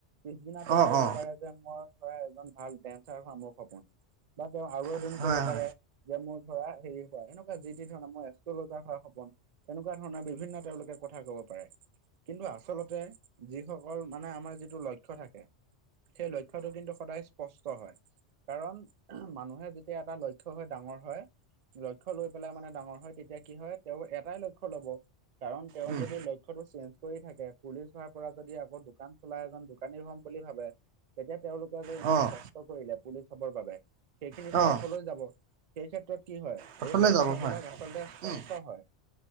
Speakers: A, on the right; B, on the right.
A: পিছদিনা তেওঁ
B: অ', অ', হয়, হয়, অ', অ',
A: ক'ব
B: অ', অ',
A: পাৰে যে মই ধৰা এজন ভাল ডেন্সাৰ হোৱা মোৰ সপোন। বা তেওঁ আৰু এদিন
B: অ',
A: ক'ব পাৰে যে মোৰ ধৰা হেৰি হোৱা এনে কোৱা যি টি ধৰণৰ মই এষ্ট্ৰলোজাৰ হোৱা সপোন তেনেকুৱা ধৰণৰ বিভিন্ন তেওঁলোকে কথা ক'ব পাৰে। কিন্তু আচলতে যিসকল মানে আমাৰ যিটো লক্ষ্য থাকে। সেই লক্ষ্যটো কিন্তু সদায় স্পষ্ট হয় কাৰণ মানুহে যেতিয়া এটা ল ক্ষ্য হৈ ডাঙৰ হয়, লক্ষ্য লৈ পেলাই মানে ডাঙৰ হয় তেতিয়া কি হয় তেওঁৰ এটাই লক্ষ্য লব। কাৰণ তেওঁ
B: উম,
A: যদি ল ক্ষ্যটো চেঞ্জ কৰি থাকে, পুলিচ হোৱাৰ পৰা যদি আকৌ দোকান খোলা এজন দোকানী হম বুলি ভাবে। তেতিয়া তেওঁলোকে যে
B: অ',
A: ইমান কষ্ট কৰিলে পুলিচ হবৰ বাবে সেইখিনিতো
B: অ',
A: অৰ্থলৈ যাব। সেই ক্ষেত্ৰত কি হয়
B: পথলে
A: এই লক্ষ্য
B: যাব হয়,
A: বিলাক আচলতে স্পষ্ট
B: উম,
A: হয়।